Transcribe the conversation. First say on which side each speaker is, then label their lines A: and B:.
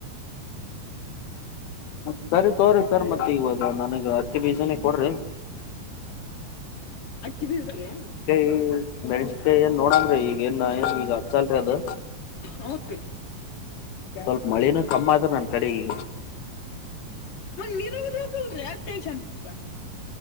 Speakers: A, on the left; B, on the left.
A: ಹ ಸರಿ ತೋರಿ್ರರಿ ಸರ್ ಮತ್ತೆ ಇವಾಗ ಈಗ ನನಗ ಹತ್ತಿ ಬೀಜನ ಕೊಡ್ರಿ
B: ಹತ್ತಿ ಬೀಜ ರೀ
A: ಹ ಬೇ ಮತ್ತೆ ಏನ್ ನೋಡಮ್ರಿ ಈಗ ಏನ್ ಏನ್ ಈಗ ಹಚ್ಚಲ್ರಿ ಅದು
B: ಹೂನ್ರಿ
A: ಸ್ವಲ್ಪ ಮಳೆನು ಕಮ್ಮ್ ಆದ್ರ ನನ್ ಕಡಿಗಿ
B: ಮ ನೀರಾವರಿ ಆತಲ್ರಿ ಯಾಕ ಟೆನ್ಷನ್ವಾ